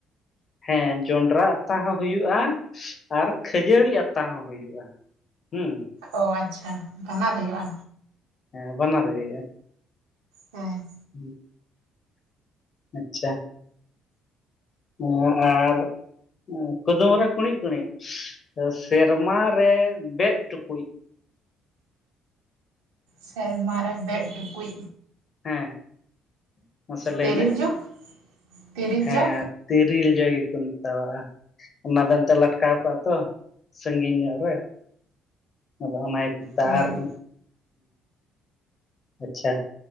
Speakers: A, on the left; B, on the right.
A: ᱦᱮᱸ ᱡᱚᱸᱱᱰᱨᱟ ᱟᱛᱟ ᱦᱚᱸ ᱦᱩᱭᱩᱜᱼᱟ ᱟᱨ ᱠᱷᱟᱹᱡᱟᱹᱲᱤ ᱟᱛᱟ ᱦᱚᱸ ᱦᱩᱭᱩᱜᱼᱟ᱾ ᱦᱩᱸ᱾
B: ᱚ ᱟᱪᱪᱷᱟ ᱠᱟᱱᱟᱨ ᱦᱩᱭᱩᱜᱼᱟ᱾
A: ᱦᱮᱸ ᱵᱟᱱᱟᱨ ᱜᱮ ᱦᱩᱭᱩᱜᱼᱟ᱾
B: ᱦᱮᱸ᱾
A: <inaudible> ᱟᱪᱪᱷᱟ᱾ <unintelligible> ᱳᱳ ᱟᱨ- ᱠᱩᱫᱩᱢ ᱨᱮ ᱠᱩᱬᱤᱜ ᱠᱩᱬᱤᱜ ᱥᱮᱨᱢᱟ ᱨᱮ ᱵᱮᱜ ᱴᱩᱠᱩᱡ᱾
B: ᱥᱮᱨᱢᱟ ᱨᱮ ᱵᱮᱜ ᱴᱩᱠᱩᱡ᱾
A: ᱦᱮᱸ᱾ <inaudible>
B: ᱛᱮᱨᱤᱞ
A: ᱢᱮ
B: ᱡᱚ᱾ ᱛᱮᱨᱮᱞ
A: ᱦᱮᱸ
B: ᱡᱚ
A: ᱛᱤᱨᱤᱞ ᱡᱚ ᱜᱮᱠᱚ ᱢᱮᱛᱟᱣᱟᱜᱼᱟ᱾ ᱚᱱᱟ ᱫᱚ ᱮᱱᱛᱮᱜ ᱞᱟᱴᱠᱟᱣ ᱠᱚᱜᱼᱟ ᱛᱚ ᱥᱟᱺᱜᱤᱧ ᱧᱚᱜ ᱨᱮ᱾ ᱟᱫᱚ ᱚᱱᱟ ᱠᱚ ᱢᱮᱛᱟᱜ
B: ᱦᱮᱸ
A: ᱟ ᱟᱨ- ᱟᱪᱪᱷᱟ